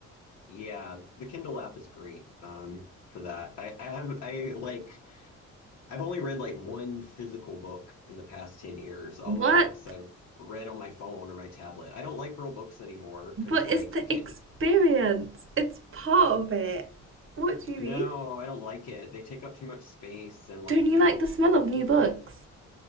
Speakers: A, on the left; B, on the right.
A: Yeah, the Kindle app is great, um, for that. I, I have I like I've only read like one physical book in the past 10 years. All
B: What?
A: my books I've read on my phone or my tablet. I don't like real books anymore because
B: But
A: like
B: it's the
A: you can't
B: experience. It's part of it. What do you
A: No,
B: mean?
A: I don't like it. They take up too much space and like
B: Don't you
A: you
B: like the smell of new books?